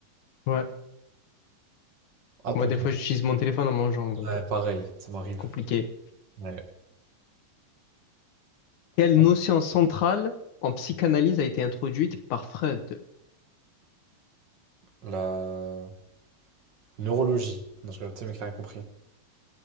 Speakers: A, on the left; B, on the right.
A: Ouais.
B: À
A: Moi,
B: ton
A: des
B: tour.
A: fois, j'utilise mon téléphone en mangeant, donc
B: Ouais, pareil, ça m'arrive.
A: compliqué.
B: Ouais.
A: Quelle
B: Hop,
A: notion centrale en psychanalyse a été introduite par Freud?
B: La neurologie. Non, je rigole, tu sais, mec, t'as rien compris.